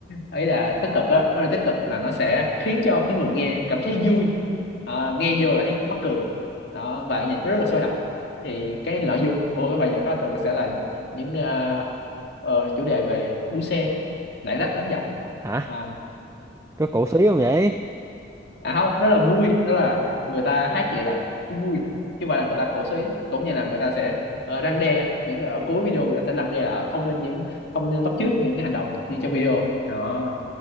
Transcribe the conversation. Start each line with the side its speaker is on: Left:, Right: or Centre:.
Left: ấy là tích cực á nó là tích cực là nó sẽ khiến cho cái người nghe cảm thấy vui Ờ, nghe vô là thấy mắc cười đó và nhạc nó rất là sôi động thì cái nội dung của cái bài nhạc đó thường sẽ là những ờ, ờ, chủ đề về đua xe lạng lách đánh võng
Right: hả
Left: à,
Right: có cổ xí không vậy
Left: à không nó là vui nó là người ta hát vậy là cái vui chứ không phải là người ta cổ súy cũng như là người ta sẽ ờ, răn đe những ở cuối video người ta sẽ răn đe là ờ, không nên những không nên bắt chước những cái hành động như trong video đó